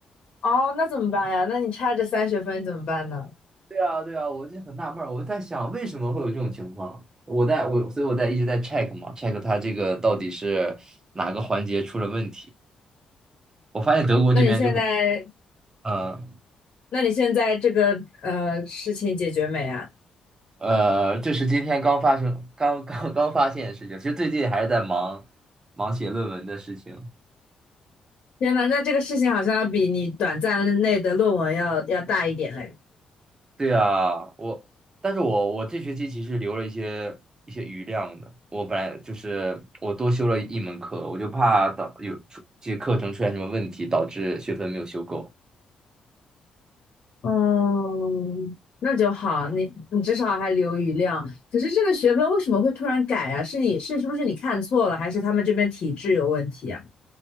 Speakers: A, on the left; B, on the right.
A: 哦，那怎么办呀？那你差这三学分怎么办呢？
B: 对啊，对啊，我就很纳闷儿，我在想为什么会有这种情况。我在我，所以我在一直在 check 嘛，check 它这个到底是哪个环节出了问题。我发现德国这边就很，
A: 那你现在，
B: 呃
A: 那你现在这个呃事情解决没啊？
B: 呃，这是今天刚发生、刚刚刚发现的事情。其实最近还是在忙忙写论文的事情。
A: 天呐，那这个事情好像要比你短暂内的论文要要大一点哎。
B: 对啊，我，但是我我这学期其实留了一些一些余量的。我本来就是我多修了一门课，我就怕导有出这些课程出现什么问题，导致学分没有修够。
A: 哦，那就好，你你至少还留余量。可是这个学分为什么会突然改啊？是你是是不是你看错了，还是他们这边体制有问题啊？